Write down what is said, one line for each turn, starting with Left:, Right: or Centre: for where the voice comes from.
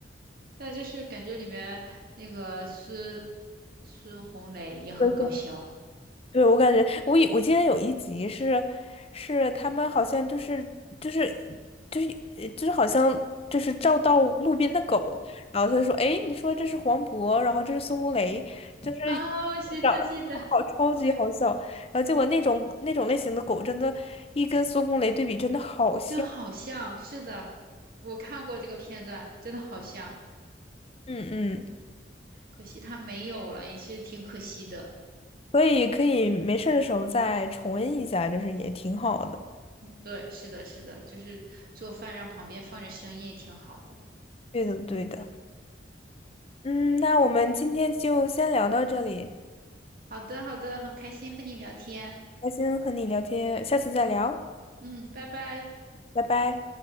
Right: 但就是感觉里面那个孙孙红雷也很搞笑
Left: <laughs> 对，我感觉我有我记得有一集是是他们好像就是就是就是呃就是好像就是照到路边的狗，然后他就说：“哎，你说这是黄渤，然后这是孙红雷，就是
Right: 啊，我记在记得，
Left: 长好超级好笑。”然后结果那种那种类型的狗真的，
Right: 哎，
Left: 一跟孙红雷对比真的好像。
Right: 真好像是的，我看过这个片段，真的好像，
Left: 嗯嗯，
Right: 可惜他没有了，也是挺可惜的。
Left: 可以可以，没事儿的时候再重温一下，就是也挺好的。
Right: 嗯，对，是的，是的，就是做饭让旁边放着声音也挺好的。
Left: 对的对的。嗯，那我们今天就先聊到这里。
Right: 好的，好的，很开心和你聊天。
Left: 开心和你聊天，下次再聊，
Right: 嗯，拜拜。
Left: 拜拜。